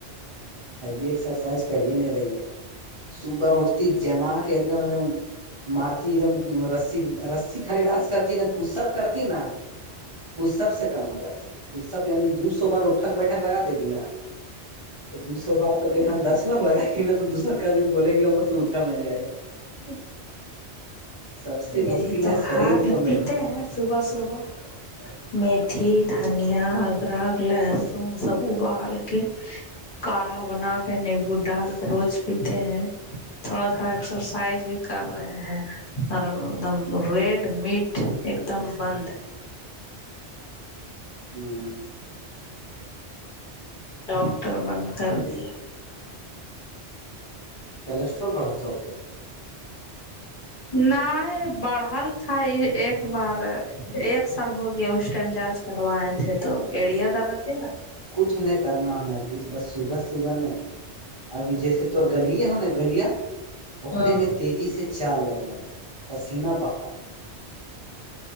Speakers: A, on the right; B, on the left.
A: ہیبی ایکسرسائز کر ہی نہیں رہی ہے صبح اٹھتی جمع کے مط مارتی ایک دم رسی رسی کھالی ڈانس کرتی ن پستک کرتی نا وہ سب سے کم ہو جاتی سب سے یعنی دو سو بار اٹھک بیٹھک لگا دے گی انا تو دوسو بار تو کہیں یہاں دس بار لگائے گی نا تو دوسرار کادمی بولے گی امر تو اٹھا نہیں جائے گا
B: ای
A: سب سے مشکل
B: یہی تو
A: ہے شریر
B: ہھ
A: کو مین
B: پیتے ہیں صبح صبح متھی دھنیا ادرک لہسن سب ابال کے کاڑھا بنا کے نیمبو ڈال کے روز پیتے ہیں تھوڑا تھوڑا ایکسر فائی بھی کر رہے ہیں اور ایک دم ریڈ میٹ ایک دم بند
A: ہوں
B: ڈاکٹر بند کر دیا
A: کسٹرول بڑا تھا
B: نہیں بڑا تھا ایک بار ایک سال ہو گیا اس ٹائم جانچ کر وا یے تھے تو ایڑیا درد کیا
A: کچھ نہیں کرنا ہونا کس بس صبح صبح ن ابھی جیسے تو گلیے ہو نا گلیاں
B: رہا
A: اکھرے میں تیزی سے چار لدمن پسینہ بہا